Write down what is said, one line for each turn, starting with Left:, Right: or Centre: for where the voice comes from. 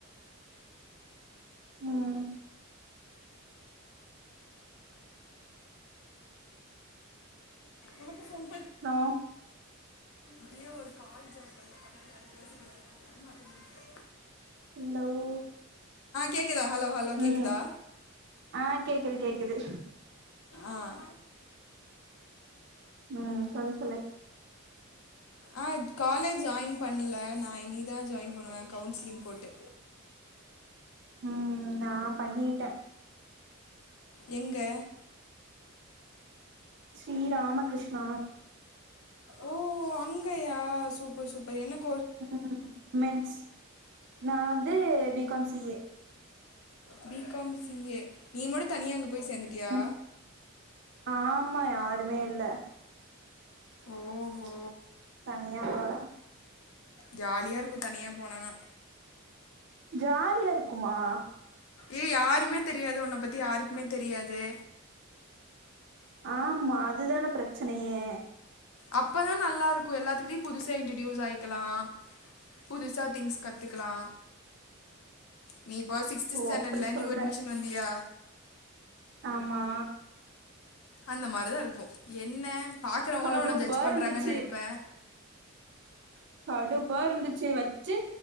Right: உம்
Left: ஒனக்கு ஃபோன்
Right: அப்றோ
Left: இதே ஒரு காலேஜ் <unintelligible>
Right: இந்தா ஊ
Left: கேக்குதா ஹலோ ஹலோ கேக்குதா
Right: உம் ஆஹ் கேக்குது கேக்குது
Left: ஆஹ்
Right: ம் சொல்லு சொல்லு
Left: ஆஹ் காலேஜ் ஜாயின் பண்ல நா இன்னிக்தா ஜாயின் பண்ணுவே கவுன்ஸ்லிங் போட்டு
Right: உம் நா பண்ணீட்ட
Left: எங்க
Right: ஸ்ரீ ராமகிருஷ்ணா
Left: ஓ அங்கயா சூப்பர் சூப்பர் என்னக்
Right: <inaudible> மென்ஸ் நான் ந்து B com C A
Left: B com C A நீ மட்டு தனியா அங்கப் போய் சேந்துட்டியா
Right: ம் ஆமா யாருமே இல்ல
Left: ஓஹோ
Right: ப்ச் தனியா போற <inaudible>
Left: ஜாலியா இருக்கு தனியா போனனா
Right: ஜாலியா இருக்குமா
Left: ஏய் யாருமே தெரியாது உன்ன பத்தி யாருக்குமே தெரியாது
Right: ஆமா அதுதான பிரச்சனையே
Left: அப்பதா நல்லா இருக்கு எல்லாத்துக்கிட்டயு புதுசா இன்ட்ரடியூஸ் ஆயிக்கலா புதுசா திங்ஸ் கத்துக்குலா நீ இப்போ சிக்ஸ்த்
Right: ஓ
Left: ஸ்டாண்டர்டுல
Right: அப்படி சொல்ற
Left: நியூ அட்மிஷன் வந்தியா
Right: ஆமா
Left: அந்த மாரிதா இருக்கு என்ன பாக்குறவங்களா
Right: கடுப்பா
Left: உன்ன ஜட்ஸ் பண்றாங்கன்னு
Right: இருந்துச்சு
Left: நெனப்ப
Right: கடுப்பா இருந்துச்சு வச்சு